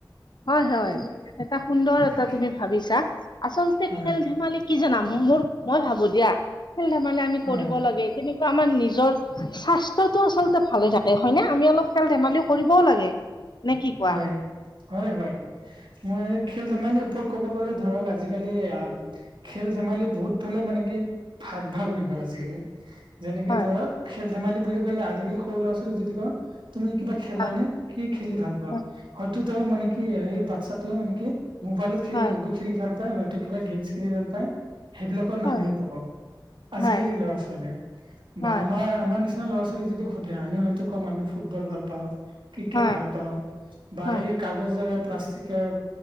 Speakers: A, on the left; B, on the right.
A: হয় হয়
B: ত-
A: এটা সুন্দৰ
B: তাকে-
A: এটা তুমি ভাবিছা আচলতে
B: হয়
A: খেল ধেমালি। কি জানা মোৰ মই ভাবো দিয়া খেল ধেমালি আমি
B: হয়
A: কৰিব লাগে কিন্তু। আমাৰ নিজৰ স্বাস্থ্যটো আচলতে ভালে থাকে হয় নে আমি অলপ খেল ধেমালি কৰিবও লাগে। নে কি কোৱা
B: হয় হয় হয়। মই খেল ধেমালিৰ ওপৰত ক'ব গলে ধৰক আজিকালি আ। খেল ধেমালি বহুত ফালে মানে কি ভাগ ভাগ হৈ গ'ল আজিকালি। যেনেকে
A: হয়
B: ধৰক খেল ধেমালি বুলি ক'লে আজিকালি সৰু ল'ৰা ছোৱালী যদি কওঁ তুমি কিবা। খেলা
A: হয়
B: নে কি খেলি ভাল পোৱা
A: হয়
B: হয়তো তেওঁ মানে কি এই বাচ্ছাতোৱে মানে কি? মোবাইলত খেলি
A: হয়
B: লুডু খেলি ভাল পায় হয়তো কিবা গেমছ খেলি ভাল পায় সেইবিলাকৰ নামহে
A: হয়
B: কব। আজিকালি
A: হয়
B: ল'ৰা ছোৱালীয়ে বা
A: হয়
B: আমাৰ আমাৰ নিচিনা ল'ৰা ছোৱালী। এতিয়া যদি সোধে আমিও হয়টো কম আমি ফুটবল ভাল পাও ক্ৰিকেট
A: হয়
B: ভাল পাও বা
A: হয়
B: এই কাগজ। কাগজেৰে প্লাষ্টিকে।